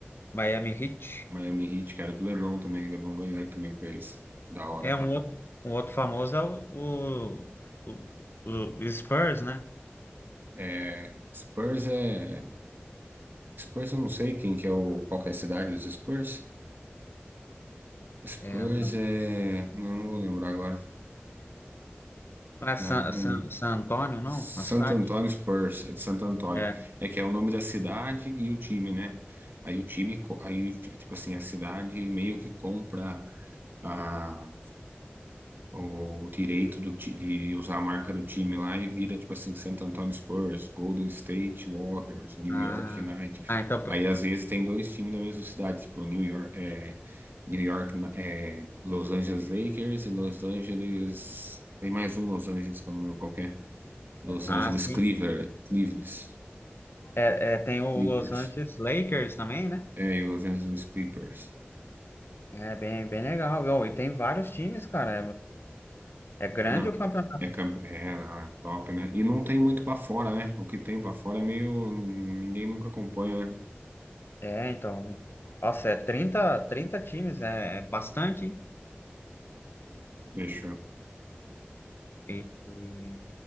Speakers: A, on the left; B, on the right.
A: Miami Heat.
B: Miami Heat, que era do LeBron também, LeBron ganhou também com eles. Da hora,
A: É
B: cara.
A: um outro, um outro famoso é o, o, o- o Spurs, né?
B: É, Spurs é. Spurs eu não sei quem que é o. Qual que é a cidade dos Spurs? Spurs
A: É, então.
B: é. Não, não vou lembrar agora.
A: Não é San,
B: Ah, não
A: San,
B: lembro.
A: San Antônio,
B: Santo
A: não? A cidade?
B: Antônio Spurs, é de Santo Antônio.
A: É.
B: É que é o nome da cidade e o time, né? Aí o time, co- aí, o ti- tipo assim, a cidade meio que compra. a o, o direito do, ti- de usar a marca do time lá e vira, tipo assim, Santo Antonio Spurs, Golden State Warriors, New
A: Ah,
B: York Knight.
A: ah então.
B: Aí, às vezes, tem dois times na mesma cidade, tipo, New York, é, New York, é, Los Angeles Lakers e Los Angeles... Tem mais um Los Angeles, que eu não lembro qual que é. Los
A: Ah,
B: Angeles
A: sim.
B: Cleaver, Cleavers,
A: É, é, tem o
B: Clippers.
A: Los Angeles Lakers também, né?
B: É, e Los Angeles Clippers.
A: É bem, bem legal. viu? E tem vários times, cara. É, é é grande
B: Não.
A: o campeonato.
B: É, camp- é, ah, top, né? E não tem muito pra fora, né? O que tem pra fora é meio. Ninguém nunca acompanha, né?
A: É, então. Nossa, é trinta trinta times, é, é bastante,
B: Fechou.
A: hein? E,